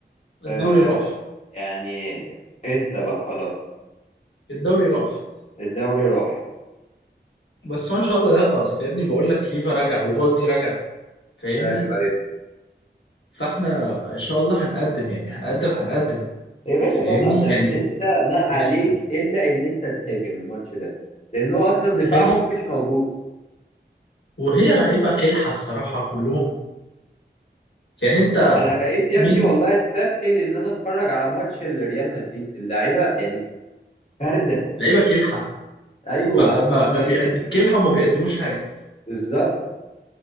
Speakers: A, on the left (about 85°); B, on the left (about 35°).
A: الدوري
B: آه
A: راح
B: يعني انسى بقى خلاص
A: الدوري راح
B: الدوري راح
A: بس هو ان شاء الله لا اصل يا ابني بقول لك كليفا رجع وبالدي رجع فاهمني
B: ايوه ايوه
A: فاحنا ان شاء الله هنقدم يعني هنقدم هنقدم
B: يا باشا
A: فاهمني
B: صلي على النبي
A: يعني
B: انت ما عليك
A: نفس
B: الا ان انت تهاجم الماتش ده لان هو اصلا دفاعهم
A: الهاجم
B: مش موجود
A: وهي لعيبه كلحه الصراحه كلهم يعني انت
B: انا بقيت يا
A: مين
B: ابني والله استثقل ان انا اتفرج على ماتش لريال مدريد اللعيبه يعني بارده
A: لعيبه كلحه
B: ايوه
A: مع ما
B: سائلين
A: ما بيقد... كلحه وما بيقدموش حاجه
B: بالظبط